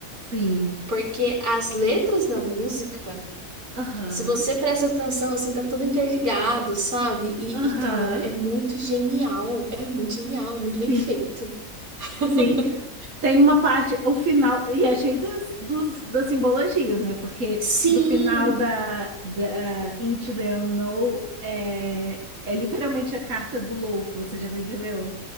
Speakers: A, on the right; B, on the right.
A: Sim.
B: Porque as letras da música,
A: Aham.
B: se você presta atenção, assim, tá tudo interligado, sabe? E,
A: Aham.
B: e, cara, é muito genial. É muito genial, é muito bem
A: Sim.
B: feito. <laughs>
A: Sim. Tem uma parte, o final, e é cheio dos, dos- das simbologias, né? Porque
B: Sim!
A: no final da, da Into the Unknown é, é literalmente a carta do louco, você já percebeu?